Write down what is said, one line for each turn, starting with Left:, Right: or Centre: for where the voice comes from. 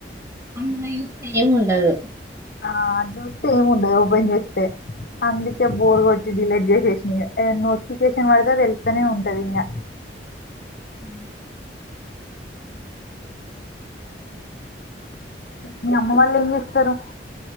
Right: అమ్ నాయు ఏం ఉండదు
Left: ఆ చూస్తే ఏము ఉండదు ఓపెన్ చేస్తే అందుకే బోర్ కొట్టి డిలీట్ చేసేసిన ఇగ ఏ నోటిఫికేషన్ పడితే తెలుతానే ఉంటది ఇంగా
Right: ఉ
Left: మీ అమ్మ వాళ్ళు ఏం చేస్తారు